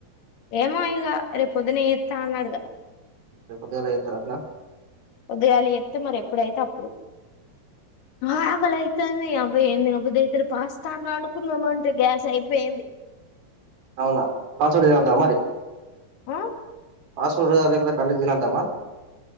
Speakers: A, on the left; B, on the right.
A: ఏమో ఇగ రేపు పొదున జేత అన్నాడు కదా
B: రేపుపొదుగాళ చెతరటన
A: పొదుగాలు చెపతే మరి ఎప్పుడైతే అప్పుడు అ..... ఆకలి అయితుంది అ అ ఏం దినబుదయేతలె పాస్తా అన్న వండు నుకుందామ అంటే గ్యాస్ అయిపోయింది
B: అవునా పాస్వాడితినిందమా
A: హ్మ్
B: మరి
A: ఆ
B: ఆసూడ ప కలిదిన అం <unintelligible> తమ్మా